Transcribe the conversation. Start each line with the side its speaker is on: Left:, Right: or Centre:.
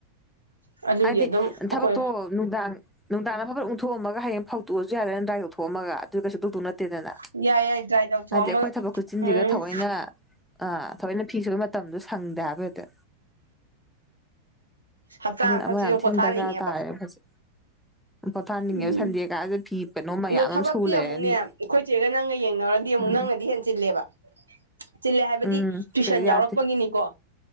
Right: ꯑꯗꯨꯒꯤ
Centre: ꯍꯥꯏꯗꯤ
Right: ꯑꯗꯨꯝ ꯑꯩꯈꯣꯏ
Centre: ꯊꯕꯛꯇꯣ ꯅꯨꯡꯗꯥꯡ ꯅꯨꯡꯗꯥꯡꯅ ꯐꯕꯠ ꯎꯟꯊꯣꯛꯑꯝꯒ ꯍꯌꯦꯡ ꯐꯥꯎꯣꯛꯑꯁꯨ ꯌꯥꯗꯅ ꯅ ꯗ꯭ꯔꯥꯏ ꯇꯧꯊꯣꯛꯑꯝꯒ ꯑꯗꯨꯗꯤ ꯀꯩꯁꯨ ꯇꯧꯗꯧ ꯅꯠꯇꯦꯗꯅ
Right: ꯌꯥꯏ ꯌꯥꯏ ꯗ꯭ꯔꯥꯏ ꯇꯧꯊꯣꯛꯑꯝꯃ
Centre: ꯍꯥꯏꯗꯤ ꯑꯩꯈꯣꯏ ꯊꯕꯛ ꯈꯨꯠꯆꯤꯟꯁꯤꯒ
Right: ꯎꯝ
Centre: ꯊꯑꯣꯏꯅ ꯑꯥ ꯐꯤ ꯁꯨꯕ ꯃꯇꯝꯗꯣ ꯁꯪꯗꯦ ꯍꯥꯏꯕ ꯍꯛꯇꯥ
Right: ꯍꯞꯇꯥ
Centre: ꯑꯗꯨꯅ
Right: ꯑꯃꯈꯛꯁꯤꯁꯨ
Centre: ꯑꯃ ꯌꯥꯝ
Right: ꯄꯣꯊꯥꯅꯤꯡꯉꯦꯕ
Centre: ꯊꯤꯅ ꯗꯔꯀꯥꯔ ꯇꯥꯔꯦ ꯍꯧꯖꯤꯛ ꯄꯣꯊꯥꯅꯤꯡꯉꯦꯕ
Right: ꯎꯝ
Centre: ꯁꯟꯗꯦ ꯀꯥꯁꯦ ꯐꯤ ꯀꯩꯅꯣ ꯃꯌꯥꯝ
Right: ꯑꯗꯣ
Centre: ꯑꯃ
Right: ꯊꯕꯛꯇꯤ
Centre: ꯁꯨ ꯂꯩꯔꯅꯤ
Right: ꯑꯃꯨꯛꯅꯦ ꯑꯩꯈꯣꯏ ꯆꯦꯒ ꯅꯪꯒ ꯌꯦꯡꯅꯔꯗꯤ ꯑꯃꯨꯛ
Centre: ꯎꯝ
Right: ꯅꯪꯅꯗꯤ ꯑꯍꯟ ꯆꯜꯂꯦꯕ ꯆꯤꯜꯂꯦ ꯍꯥꯏꯕꯗꯤ
Centre: ꯎꯝ
Right: ꯇꯨꯏꯁꯟ
Centre: ꯁꯤ ꯌꯥꯗꯦ
Right: ꯌꯥꯎꯔꯛꯄꯒꯤꯅꯤꯀꯣ